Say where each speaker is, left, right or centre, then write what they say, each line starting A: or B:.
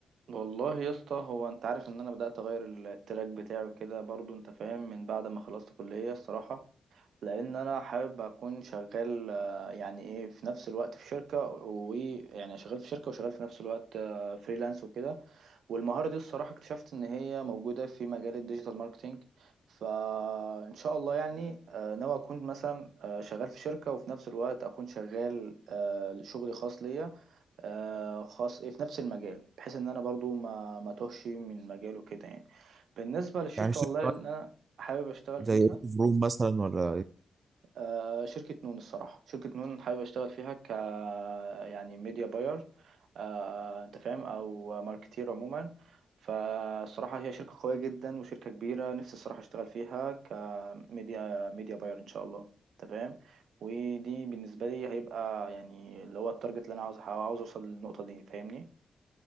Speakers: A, on the right; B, on the right.
A: والله يا اسطى هو انت عارف ان انا بدأت اغير التراك بتاعي كده برضو انت فاهم من بعد ما خلصت كلية الصراحة لان انا حابب اكون شغال آه، يعني ايه في نفس الوقت في شركة ويعني شغال في شركة وشغال في نفس الوقت آه، فريلانس وكده والمهارة دي الصراحة اكتشفت ان هي موجودة في مجال الديجيتال ماركتينج فان شاء الله يعني آه، ناوي اكون مثلا آه، شغال في شركة وفي نفس الوقت اكون شغال آه، شغلي خاص ليا آه، خاص إيه، في نفس المجال بحيث ان انا برضو ما ما توهش من مجاله كده يعني بالنسبه للشركه
B: يعني شركه
A: والله اللي انا حابب اشتغل فيها
B: زي اوتو فروم مثلا ولا ايه
A: آه، شركه نون الصراحه شركه نون حابب اشتغل فيها ك يعني ميديا باير آه، انت فاهم او ماركتير عموما فالصراحه هي شركه قويه جدا وشركه كبيره نفسي الصراحه اشتغل فيها كميديا ميديا باير ان شاء الله انت فاهم ودي بالنسبه لي هيبقى يعني اللي هو التارجت اللي انا عاوز عاوز اوصل للنقطه دي فاهمني